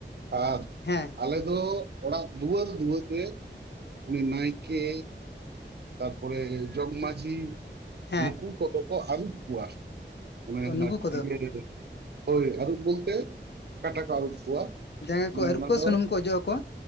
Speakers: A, on the right; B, on the left.
A: ᱟᱨ
B: ᱦᱮᱸ
A: ᱟᱞᱮ ᱫᱚ ᱚᱲᱟᱜ ᱫᱩᱣᱟᱹᱨ ᱫᱩᱣᱟᱹᱨ ᱨᱮ ᱩᱱᱤ ᱱᱟᱭᱠᱮ ᱛᱟᱨᱯᱚᱨᱮ ᱡᱚᱜᱽᱢᱟᱹᱡᱷᱤ
B: ᱦᱮᱸ
A: ᱱᱩᱠᱩ ᱠᱚᱫᱚ ᱠᱚ ᱟᱹᱨᱩᱵ ᱠᱚᱣᱟ ᱚᱱᱮ
B: ᱱᱩᱠᱩ
A: ᱟᱨᱠᱤ
B: ᱠᱚᱫᱚ
A: ᱤᱭᱟᱹ ᱦᱳᱭ ᱟᱨᱩᱵ ᱵᱚᱞᱛᱮ ᱠᱟᱴᱟ ᱠᱚ ᱟᱹᱨᱩᱵ ᱠᱚᱣᱟ
B: ᱡᱟᱸᱜᱟ
A: ᱢᱟᱱᱮ
B: ᱠᱚ ᱟᱹᱨᱩᱵ
A: ᱚᱱᱟ
B: ᱠᱚᱣᱟ
A: ᱫᱚ
B: ᱥᱩᱱᱩᱢ ᱠᱚ ᱚᱡᱚᱜ ᱟᱠᱚᱣᱟ